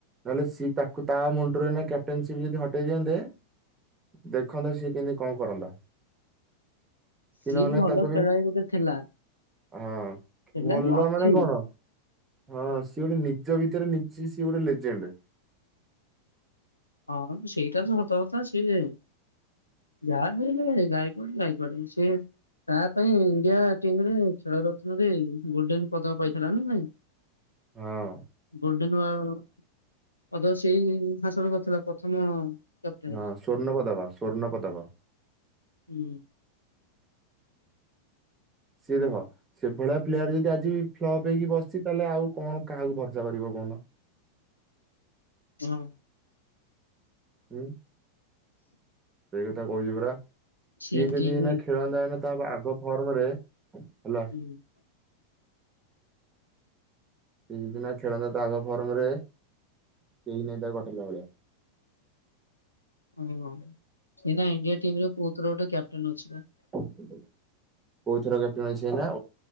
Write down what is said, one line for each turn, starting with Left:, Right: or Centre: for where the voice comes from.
Right: ନହେଲେ ସିଏ ତାକୁ ତା ମୁଣ୍ଡରେ କ୍ୟାପ୍ଟେନସିପ ଯଦି ହଟେଇ ଦିଅନ୍ତେ। ଦେଖନ୍ତେ ସିଏ କେମିତି କଣ କରନ୍ତା। କି
Left: ସଏ
Right: ନହେଲେ
Left: ବି ଭଲ
Right: ତାକୁ
Left: ଖେଳାଳି ଗୋଟେ ଥିଲା।
Right: ହଁ
Left: ଥିଲା
Right: ଭଲ
Left: ବି ଅଛି
Right: ମାନେ କଣ? ହଁ ସିଏ ଗୋଟେ ନିଜ ଭିତରେ ନିଜେ ସିଏ ଗୋଟେ ଲେଜେଣ୍ଡ।
Left: ହଁ ସେଇଟା ତ ସତ କଥା। ସିଏ ଯାହା ବି ହେଲେ ଗାଇକଡ ଗାଇକଡ। ସେ ତା ପାଇଁ ଇଣ୍ଡିଆ ଟିମ ରେ ଖେଳ ରତ୍ନ ରେ ଗୋଲଡେନ ପଦକ ପାଇଥିଲା ନା ନାଇଁ?
Right: ହଁ।
Left: ଗୋଲଡେନୱା ପଦ ସେଇ ହାସଲ କରିଥିଲା ପ୍ରଥମ। କ୍ୟାପଟେନ।
Right: ହଁ ସ୍ଵର୍ଣ୍ଣ ପଦକ ସ୍ଵର୍ଣ୍ଣ ପଦକ।
Left: ହୁଁ।
Right: ସିଏ ଦେଖ ସେଭଳିଆ ପ୍ଲେୟାର ଯଦି ଆଜି ଫ୍ଲପ ହେଇକି ବସିଚି। ତାହେଲେ ଆଉ କଣ କାହାକୁ ଭର୍ଶା କରିବ କହୁନ?
Left: ହଁ।
Right: ହୁଁ। ସେଇ କଥା କହୁଛି ପରା ସିଏ
Left: ସେ
Right: ଯଦି
Left: ଟିମ
Right: ଏନା ଖେଳନ୍ତା ନା। ତ ଆଗ ଫର୍ମ ରେ ହେଲା।
Left: ହୁଁ।
Right: ସେ ଯଦି ନା ଖେଳନ୍ ତ ଆଗ ଫର୍ମ ରେ କେହି ନାଇ ତାକୁ କଟେଇଲା ଭଳିଆ।
Left: ଓ ସେ ଇଣ୍ଡିଆ ଟିମ ରେ କୋଉ ଥରେ ଗୋଟେ କ୍ୟାପଟେନ୍ ଅଛି ବା।
Right: କୋଉଥର କ୍ୟାପଟେନ ଅଛି ଏନା?